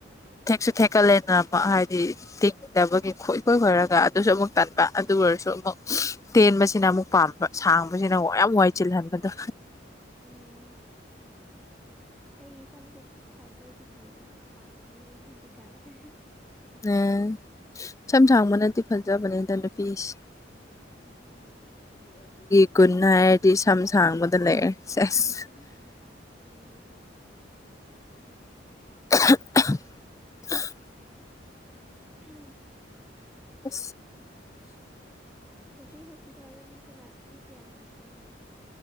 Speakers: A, on the left; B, in the centre.
A: ꯊꯦꯛꯁꯨ ꯊꯦꯛꯀꯠꯂꯦꯅ ꯑꯃꯨꯛ ꯍꯥꯏꯗꯤ ꯇꯤꯡꯗꯕꯒꯤ ꯈꯣꯏ ꯈꯣꯏ ꯈꯣꯏꯔꯒ ꯑꯗꯨꯁꯨ ꯑꯃꯨꯛ ꯇꯟꯕ ꯑꯗꯨ ꯑꯗꯨ ꯑꯣꯏꯔꯁꯨ ꯑꯃꯨꯛ ꯇꯦꯟꯕꯁꯤꯅ ꯑꯃꯨꯛ ꯄꯥꯝꯕ ꯁꯥꯡꯕꯁꯤꯅ ꯑꯃꯨ ꯌꯥꯝ ꯋꯥꯏ ꯆꯤꯜꯍꯟꯕꯗꯣ
B: ꯎꯝ ꯑꯩ ꯁꯝꯁꯨꯨ ꯐꯗꯦ ꯑꯗꯨꯕꯨ ꯌꯥꯝ ꯁꯥꯡꯅꯤꯡꯉꯦ ꯍꯧꯖꯤꯛꯀꯥꯟꯁꯦ
A: ꯑꯦꯝ ꯁꯝ ꯊꯥꯡꯕꯅꯗꯤ ꯐꯖꯕꯅꯤꯗ ꯅꯨꯄꯤꯁꯦ
B: ꯎꯝ
A: <inaudible> ꯒꯨꯟ ꯍꯥꯏꯔꯗꯤ ꯁꯝ ꯁꯥꯡꯕꯗ ꯂꯩꯔꯦ ꯁꯁ
B: ꯎꯝ
A: <unintelligible>
B: ꯎꯝ
A: ꯑ
B: ꯍꯧꯁ ꯍꯣꯁꯄꯤꯇꯥꯜꯗ ꯃꯤ ꯀꯅꯥ ꯃꯤ ꯀꯌꯥ ꯂꯩ ꯀꯅꯖꯤ